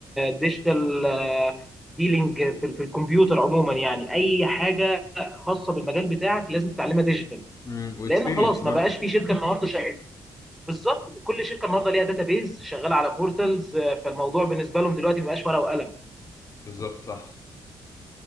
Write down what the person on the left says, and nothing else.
امم واكسبيرينس
برضه
بالظبط صح